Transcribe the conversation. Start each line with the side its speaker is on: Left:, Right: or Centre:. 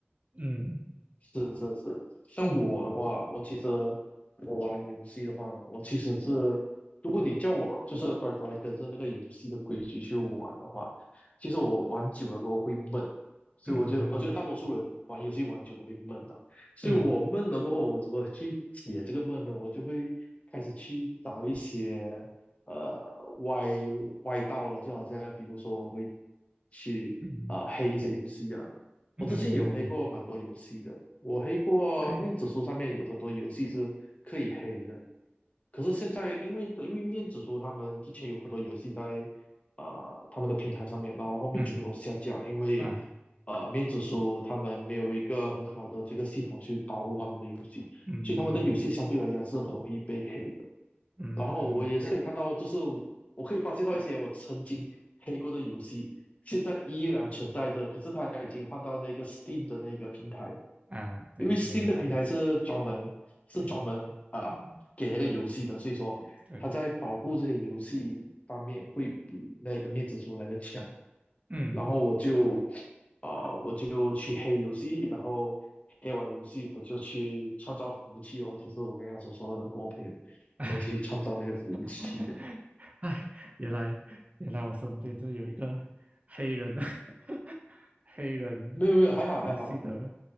Right: 嗯
Left: 是是是，像我的话，
Right: 嗯
Left: 我其实我玩游戏的话呢，我其实是，如果你叫我就是乖乖跟着那个游戏的规矩去玩的话，其实我玩久了过后会闷，所以我觉得，
Right: 嗯
Left: 我觉得大多数人玩游戏玩久了会闷的、所以我闷了过后，
Right: 嗯
Left: 我怎么去解这个闷呢？我就会开始去找一些呃歪歪道了，就好像比如说我会去啊、
Right: 嗯
Left: 呃黑一些游戏啊。
Right: 嗯
Left: 我之前有黑过蛮多游戏的，我黑过面子书上面有很多游戏是可以黑的，
Right: ，OK，
Left: 可是现在因为因为面子书他们之前有很多游戏在呃他们的平台上面，然后后面全部都下架了因为
Right: 嗯啊
Left: 呃面子书他们没有一个很好的这个系统去保护他们的游戏，
Right: 嗯
Left: 所以他们的游戏相对来讲是很容易被黑的。
Right: 嗯
Left: 然后我也是可以看到，就是我可以发现到一些我曾经黑过的游戏，现在依然存在着，可是它已经换到那个 Steam 的那个平台。
Right: 啊，对，
Left: 因为 Steam
Right: 明白，
Left: 的平台是专门是专门啊给那个游戏的，
Right: 对嗯
Left: 所以说它在保护这些游戏方面会比那个面子书来的强。
Right: 对，嗯。
Left: 然后我就啊、我就去黑游戏，然后黑完游戏我就去创造服务器哦，就是我刚刚所说的，跟我朋友我们一起去创造那个服务器这样。
Right: <laughs> <laughs> 哈哈，哎，原来原来我身边就有一个黑人 <laughs>，黑人
Left: 没有没有，还好还好
Right: 游戏的